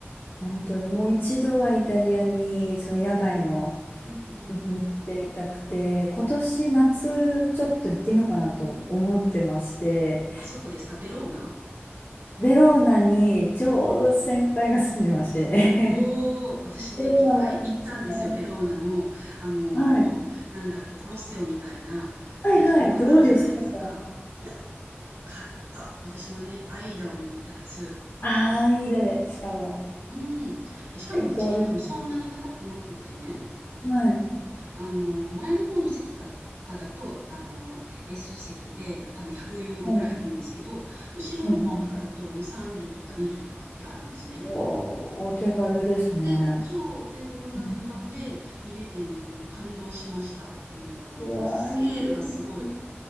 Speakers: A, on the left; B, on the right.
A: 本当にもう一度はイタリアに、その野外の
B: うんうん。
A: に行ってみたくて、今年夏ちょっと行ってみようかなと思ってまして、
B: あそこですかベローナ
A: ベローナにちょうど先輩が住んでまして、<laughs>
B: おお、私ね、
A: ベローナも行きたい。
B: 1回行ったんですよ、ベローナの、あの、
A: はい。
B: なんだっけ、コロッセオみたいな劇場があるじゃないですか。
A: はいはい。どうでしたか
B: いや、よかった。私はね、アイダを見に行ったんです。
A: ああー、いいだで、しかも。
B: うん。で、しかもね、
A: 最高です。
B: チケットもそんなに高くなくってね、
A: はい。
B: あの、前の方の席だとかだと、あの、S 席で、まあ、多分100ユーロぐらい行くんですけど、
A: はい。
B: 後ろの方とかだともう30とか20とかってあるんですね。
A: はい。はい。お、お手軽ですね。
B: そう。お手ごそう、お手頃な値段で見れてね、
A: うん
B: もう感動しました。もうスケールがすごい。
A: うわー、いいですね。本